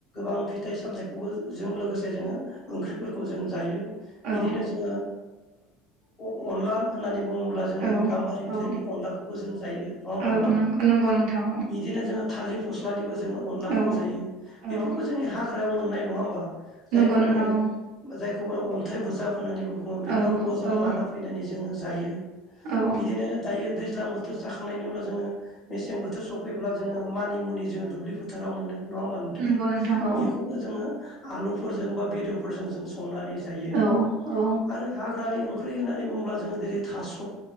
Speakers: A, on the left; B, on the right.
A: आं फिथाइ सामथायाइखौबो जों लोगोसे जोंङो ओंख्रिफोरखौ जों जायो।
B: औ
A: बिदिनो जोंङो ओ अनला होननानै बुङोब्ला जोंङो
B: औ
A: गाम्बारि बिलाइनि
B: औ
A: अनलाखौबो जों जायो नङा होमबा
B: औ
A: नोंथां?
B: नंगौ नोंथां
A: बिदिनो जोंङो थालिर फस्लानिबो जोंङो अनलाखौ
B: औ
A: जायो बेफोरबो
B: औ
A: जोंनि हाग्रायाव मोननाय नङा होमबा? जायखौ
B: नंगौ नोंथां
A: नोंङो
B: औ
A: जायखौ अन्थाइ बुजाब होननानै बुङो बेफोरखौबो
B: औ
A: जोंङो लाना फैनानै जोंङो जायो।
B: औ
A: बिदिनो दायो दै दैज्लां बोथोर जाखांनायनि उनाव जोंङो मेसें बोथोर सफैब्ला जोंङो मानि मुनि जोंङो दुब्लि फोथाराव मोनो नङा होमबा नोंथां?
B: नंगौ नोंथां औ
A: बेखौबो जोंङो आलुफोरजों बा बेदरफोरजों जों संनानै जायो।
B: औ औ
A: आरो हाग्रानि ओंख्रि होननानै बुङोब्ला जोंङो जेरै थास'